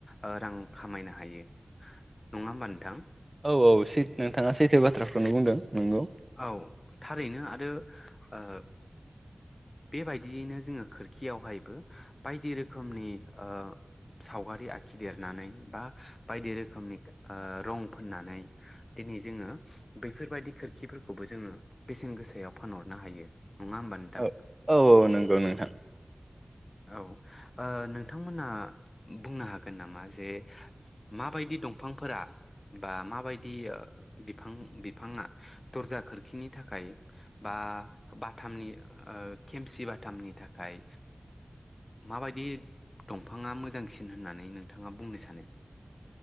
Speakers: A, on the left; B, on the right.
A: ओ रां खामायनो हायो नङा होमबा नोंथां
B: औ औै सै नोंथाङा सैथो बाथ्राखौनो बुंदों नंगौ
A: औ थारैनो आरो ओ बेबायदियैनो जोङो खोरखियावहायबो बायदि रोखोमनि ओ सावगारि आखिदेरनानै बा बायदि रोखोमनि ओ रं फोननानै दिनै जोङो बैफोरबायदि खोरखिफोरखौबो जोङो बेसेन गोसायाव फानहरनो हायो नङा होमबा नोंथां
B: औ औ औ नोंगौ नोंथां
A: औ ओ नोंथांमोना बुंनो हागोन नामा जे माबायदि दंफांफोरा बा माबायदि ओ बिफां बिफाङा दरजा खोरखिनि थाखाय बा बाथामनि ओ खेमसि बाथामनि थाखाय माबायदि दंफाङा मोजांसिन होननानै नोंथाङा बुंनो सानो